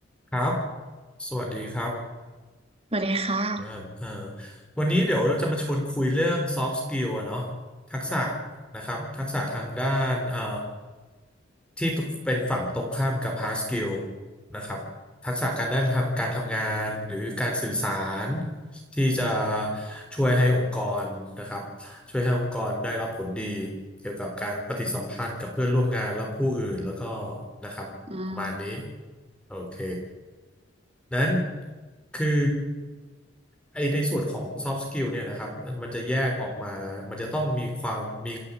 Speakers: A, in the centre; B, on the right.
A: ครับสวัสดีครับ
B: สวัสดีค่ะ
A: เออเออวันนี้เดี๋ยวจะมาชวนคุยเรื่อง soft skill อะเนาะทักษะนะครับทักษะทางด้านเอ่อที่เป็นฝั่งตรงข้ามกับ hard skill นะครับทักษะการด้านทำการทำงานหรือการสื่อสารที่จะช่วยให้องค์กรนะครับช่วยให้องค์กรได้รับผลดีเกี่ยวกับการปฏิสัมพันธ์กับเพื่อนร่วมงานและผู้อื่นแล้วก็นะครับประมาณนี้
B: อืม
A: โอเค นั้นคือไอในส่วนของ soft skill เนี่ยนะครับมันจะแยกออกมามันจะต้องมีความมี